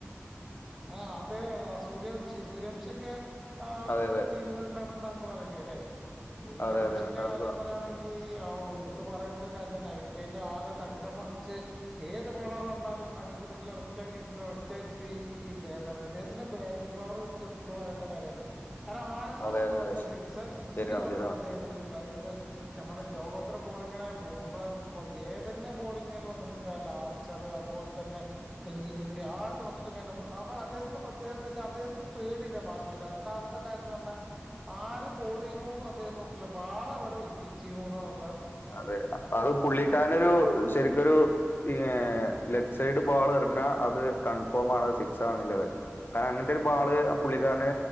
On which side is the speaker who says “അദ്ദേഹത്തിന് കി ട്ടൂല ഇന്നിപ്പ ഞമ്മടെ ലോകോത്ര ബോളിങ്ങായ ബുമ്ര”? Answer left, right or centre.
Centre